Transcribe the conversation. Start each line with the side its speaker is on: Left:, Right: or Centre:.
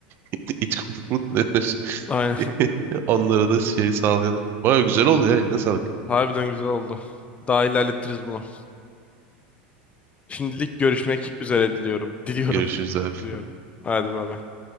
Right: <laughs> it kopukluk denir.
Left: Aynen.
Right: <laughs> Onlara da şey sağlayalım. Vay güzel oldu ya eline sağlık.
Left: <laughs> Harbiden güzel oldu. Daha ilerletiriz bunu. Şimdilik görüşmek üzere diliyorum. Diliyorum
Right: Görüşürüz
Left: <laughs>
Right: abi.
Left: diyorum. Hadi bay bay.